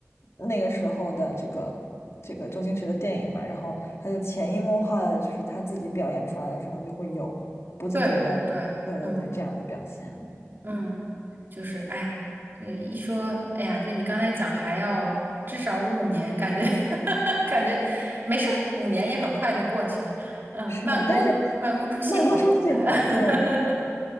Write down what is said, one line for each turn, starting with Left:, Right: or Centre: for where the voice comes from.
Left: 那个时候的这个这个周星驰的电影嘛，然后他就潜移默化的，就是他自己表演出来的时候就会有不自觉的，
Right: 对对对，
Left: 对对对，
Right: 嗯
Left: 这样子表现啊。
Right: 嗯，就是哎呀，就一说，哎呀，对你刚才讲还要至少五年，感觉 <laughs> 感觉没事儿，五年也很快就过去了。
Left: <laughs>
Right: 嗯，
Left: 是的，
Right: 慢工慢工出细活儿。
Left: 但是慢工出细活，对
Right: <laughs>